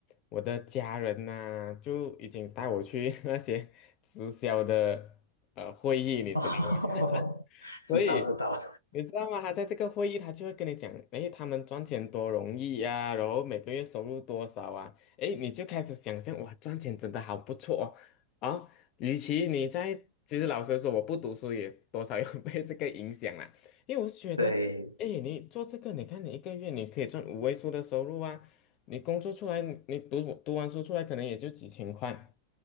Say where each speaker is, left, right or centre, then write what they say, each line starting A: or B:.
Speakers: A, on the left; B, on the left.
A: 我的家人呐、就已经带我去 <laughs> 那些直销的呃会议，
B: <laughs>
A: 你知道吗？
B: 哦，
A: <laughs> 所以
B: 知道知道，
A: 你知道吗？他在这个会议，他就会跟你讲，诶，他们赚钱多容易呀、然后每个月收入多少啊？诶，你就开始想象，哇，赚钱真的好不错哦，啊、与其你在，其实老实说，我不读书也多少有 <laughs> 被这个影响啦，因为我是觉得，
B: <laughs> 对。
A: 哎，你做这个，你看你一个月你可以赚五位数的收入啊，你工作出来，你读读完书出来可能也就几千块，